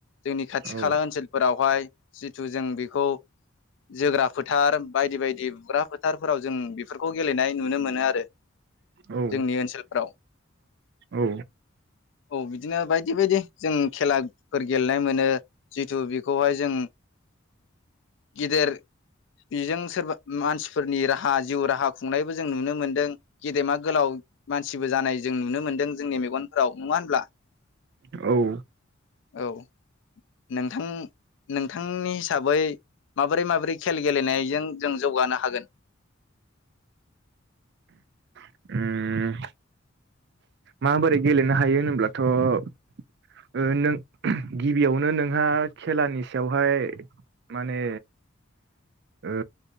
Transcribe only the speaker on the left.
जोंनि खाथि
खाला ओनसोल फोरावहाय जिथु जों बेखौ जोग्रा फोथार बायदि बायदि बुग्रा फोथारफोराव जों बेफोरखौ गेलेनाय नुनो मोनो आरो
जोंनि ओनसोलफोराव
औ बिदिनो बाय दि बायदि जों खेलाफोर गेलेनाय मोनो जिथु बेखौहाय जों गेदेर बेजों सोरबा मानसिफोरनि राहा हा जिउ राहा खुंनायबो जों नुनो मोनदों गेदेमा गोलाव मानसिबो जानाय जों नुनो मोन्दों जोंनि मेगनफोराव, नङा होनब्ला?
औ नोंथां नोंथांनि हिसाबै माबोरै माबोरै खेल गेलेनायजों जों जौगानो हागोन?